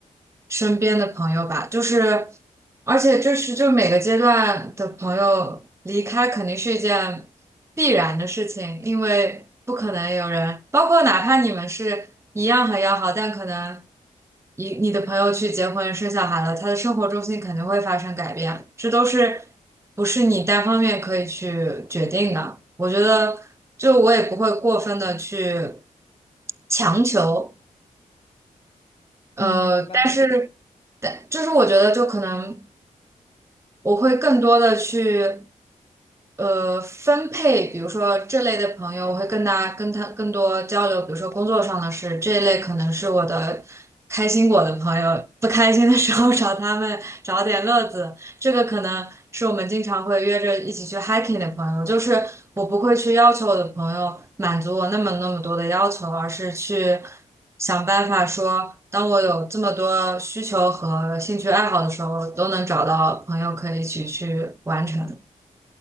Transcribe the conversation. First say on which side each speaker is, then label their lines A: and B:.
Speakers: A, on the right; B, on the left.
A: 身边的朋友吧，就是，而且这是就每个阶段的朋友离开肯定是一件必然的事情，因为不可能有人，包括哪怕你们是一样很要好，但可能你你的朋友去结婚生小孩了，他的生活重心肯定会发生改变，这都是不是你单方面可以去决定的。我觉得，就我也不会过分的去强求。呃，
B: 嗯，明白。
A: 但是，但就是我觉得，就可能我会更多的去，呃，分配，比如说这类的朋友，我会跟他跟他更多交流，比如说工作上的事，这一类可能是我的开心果的朋友，不开心的时候 <laughs> 找他们找点乐子，这个可能是我们经常会约着一起去 hiking 的朋友，就是我不会去要求我的朋友满足我那么那么多的要求，而是去想办法说，当我有这么多需求和兴趣爱好的时候，都能找到朋友可以一起去完成。